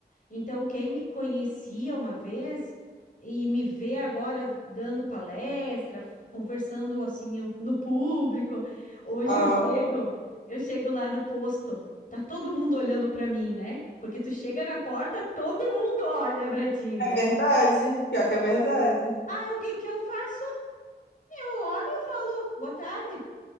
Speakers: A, on the left; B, on the left.
A: Então, quem me conhecia uma vez e me vê agora dando palestra, f- conversando assim um- no público, hoje
B: Aham.
A: eu chego, eu chego lá no posto, tá todo mundo olhando para mim, né? Porque tu chega na porta, todo mundo olha para ti,
B: É
A: né?
B: verdade. Pior que é verdade.
A: Aí o que que eu faço? Eu olho e falo, boa tarde.